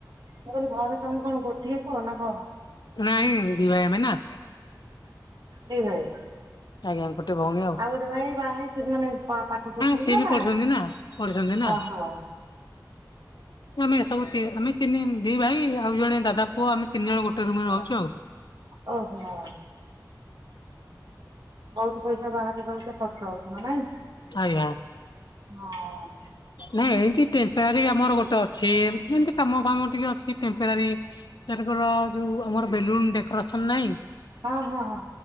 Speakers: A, on the right; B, on the left.
A: ମୁଁ କହିଲି ଘରେ ତମେ କଣ ଗୋଟିଏ ପୁଅ ନା କଣ?
B: ନାଇଁ, ଦି ଭାଇ ଆମେ ନା।
A: ଦି ଭାଇ।
B: ଆଜ୍ଞା ଗୋଟେ ଭଉଣୀ ଆଉ।
A: ଗୋଟେ ବାହା ହେଇଛନ୍ତି ମାନେ ପା-ପାଠ ପଢ଼ୁଛନ୍ତି
B: ସିଏ
A: ନା,
B: ବି
A: ବାହା
B: ପଢୁଛନ୍ତି
A: ହେଇଛନ୍ତି?
B: ନା ପଢୁଛନ୍ତି ନା
A: ଓହୋ।
B: ଆମେ ଏ ସବୁ ତି ଆମେ ତିନି ଦି ଭାଇ ଆଉ ଜଣେ ଦାଦା ପୁଅ ଆମେ ତିନି ଜଣ ଗୋଟେ ରୁମରେ ରହୁଚୁ ଆଉ।
A: ଓହୋ। ବହୁତ ପଇସା ବାହାରେ ରହୁଛ ଖର୍ଚ୍ଚ ହଉଥିବ ନାଇଁ?
B: ଆଜ୍ଞା।
A: ହଁ।
B: ନାଇଁ ଏନ୍ତି ଟେମ୍ପରାରୀ ଆମର ଗୋଟେ ଅଛି, ଏନ୍ତି ଯେମତି କାମ ଫାମ ଟିକେ ଅଛି ଟେମ୍ପରାରୀ ଏଥରକର ଯୋଉ ଆମର ବେଲୁନ ଡେକୋରେସନ ନାଇଁ
A: ହଁ ହଁ ହଁ।